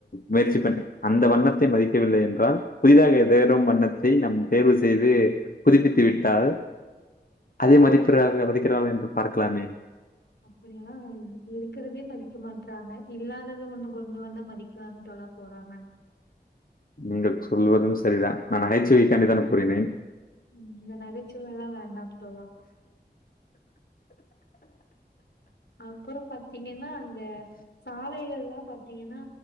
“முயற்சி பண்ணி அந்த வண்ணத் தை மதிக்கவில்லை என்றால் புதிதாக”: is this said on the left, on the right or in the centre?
Left